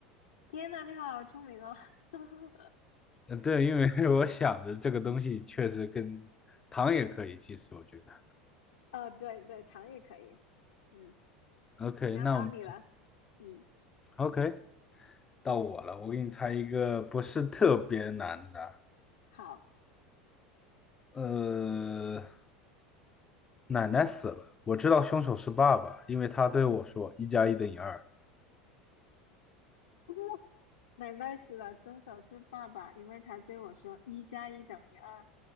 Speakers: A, on the left; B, on the left.
A: 天呐，你好聪明哦！<laughs>
B: 嗯，对，因为 <laughs> 我想着这个东西确实跟糖也可以，其实我觉得。
A: 哦，对对，糖也可以。嗯，
B: OK，
A: 然后到你了。
B: 那我们
A: 嗯，
B: OK 到我了，我给你猜一个不是特别难的。
A: 好。
B: 呃，奶奶死了，我知道凶手是爸爸，因为他对我说“一加一等于二”。
A: <laughs> 奶奶死了，凶手是爸爸，因为他对我说一加一等于二。